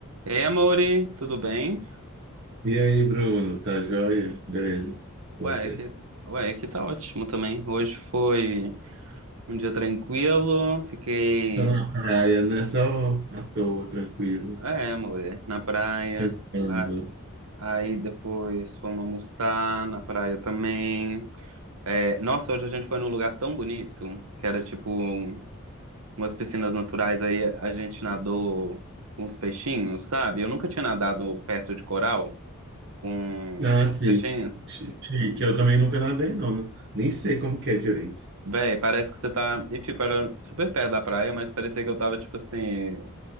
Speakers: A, on the right; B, on the right.
A: Ei, amore, tudo bem?
B: E aí, Bruno, tá joia? Beleza, com
A: Ué,
B: você?
A: aqui, ué, aqui tá ótimo também. Hoje foi um dia tranquilo, fiquei,
B: Tô na praia, né? Só à toa, tranquilo,
A: é, amore, na praia.
B: pensando.
A: A- Aí depois fomos almoçar na praia também. É, nossa, hoje a gente foi num lugar tão bonito, que era tipo umas piscinas naturais, aí a gente nadou com os peixinhos, sabe? Eu nunca tinha nadado perto de coral com
B: Ah, sim,
A: peixinhos.
B: chi- chique. Eu também nunca nadei, não. não- Nem sei como que é direito.
A: Véi, parece que você tá. E tipo, era super perto da praia, mas parecia que eu tava, tipo assim.